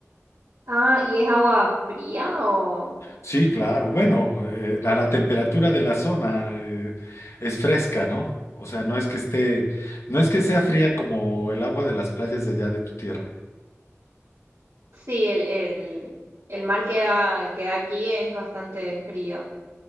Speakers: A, on the right; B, on the left.
A: Ah, ¿y es agua fría o...?
B: Sí, claro. Bueno, eh, a la temperatura de la zona eh, es fresca, ¿no? O sea, no es que esté, no es que sea fría como el agua de las playas de allá de tu tierra.
A: Sí, el, el, el mar que da, que da aquí es bastante frío,